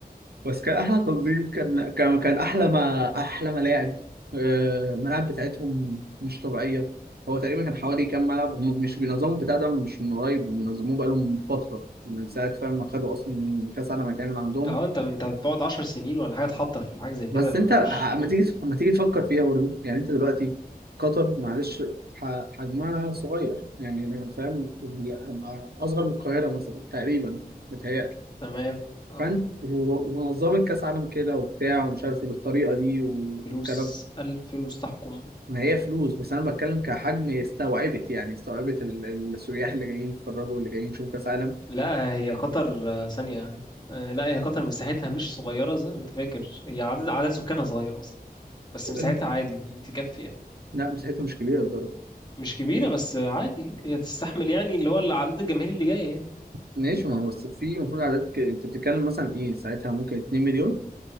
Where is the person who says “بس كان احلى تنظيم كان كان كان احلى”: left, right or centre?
Right